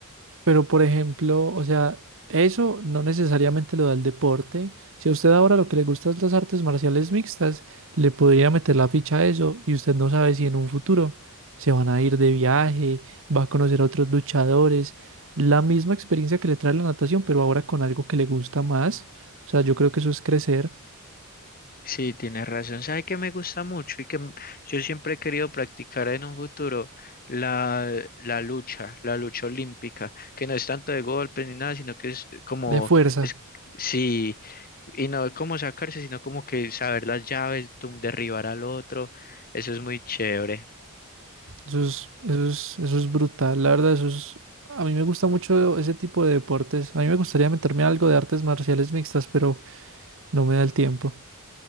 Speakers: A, on the right (about 60°); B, on the left (about 40°).
A: Pero, por ejemplo, o sea, eso no necesariamente lo da el deporte. Si a usted ahora lo que le gusta es las artes marciales mixtas, le podría meter la ficha a eso y usted no sabe si en un futuro se van a ir de viaje, va a conocer a otros luchadores. La misma experiencia que le trae la natación, pero ahora con algo que le gusta más. O sea, yo creo que eso es crecer
B: Sí, tienes razón. ¿Sabes qué me gusta mucho y que m- yo siempre he querido practicar en un futuro? La, la lucha, la lucha olímpica, que no es tanto de golpes ni nada, sino que es como,
A: de fuerza.
B: es, sí, y no es como sacarse, sino como que saber las llaves, tum- derribar al otro. Eso es muy chévere.
A: Eso es, eso es, eso es brutal. La verdad, eso es... A mí me gusta mucho ese tipo de deportes. A mí me gustaría meterme a algo de artes marciales mixtas, pero... No me da el tiempo.